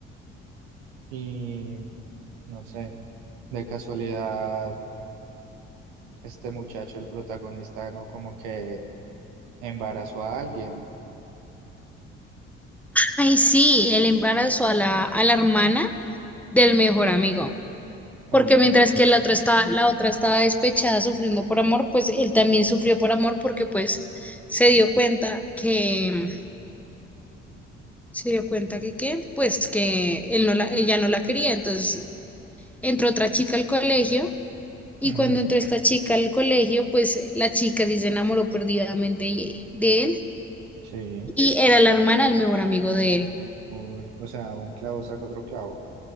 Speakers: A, on the right; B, in the centre.
A: Y... No sé. De casualidad. este muchacho, el protagonista, ¿no? Como que embarazó a alguien.
B: Ay, sí, él embarazó a la, a la hermana del mejor amigo.
A: Ok.
B: Porque mientras que la otra estaba, la otra estaba despechada sufriendo por amor, pues él también sufrió por amor porque pues se dio cuenta que, se dio cuenta que qué, pues que él no la, ella no la quería. Entonces entró otra chica al colegio y
A: Ujú.
B: cuando entró esta chica al colegio, pues la chica sí se enamoró perdidamente de de él
A: Sí.
B: y era la hermana del mejor amigo de él.
A: Uy, O sea, un clavo saca otro clavo.